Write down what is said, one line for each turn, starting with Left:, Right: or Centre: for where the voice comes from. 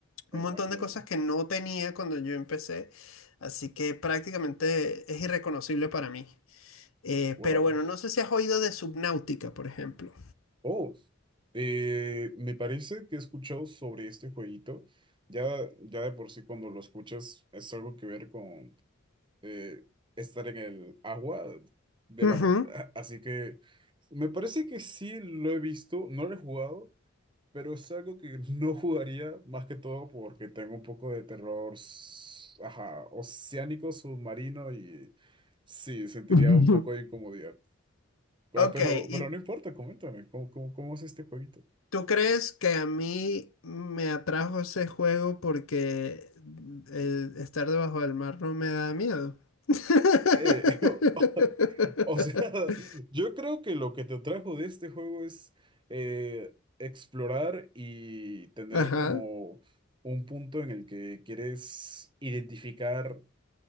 Right: la
Left: un
Right: imagen
Left: montón de cosas que no tenía cuando yo empecé, así que prácticamente es irreconocible para mí. Eh,
Right: Wow.
Left: pero bueno, no sé si has oído de Subnautica, por ejemplo.
Right: Oh, eh, me parece que he escuchado sobre este jueguito. Ya, ya de por sí cuando lo escuchas es algo que ver con eh, estar en el agua debajo.
Left: Ujú.
Right: <laughs> Así que me parece que sí lo he visto, no lo he jugado, pero es algo que <laughs> no jugaría más que todo porque tengo un poco de terror, s- ajá, oceánico, submarino y sí, sentiría
Left: <laughs>
Right: un poco de incomodidad. Ah,
Left: Ok,
Right: Pero,
Left: ¿y
Right: pero no importa, coméntame, ¿cómo, cómo, cómo es este jueguito?
Left: ¿Tú crees que a mí me atrajo ese juego porque el estar debajo del mar no me da miedo? <laughs>
Right: Eh, <laughs> o, o sea, <laughs> yo creo que lo que te trajo de este juego es eh, explorar y tener
Left: Ajá,
Right: como un punto en el que quieres identificar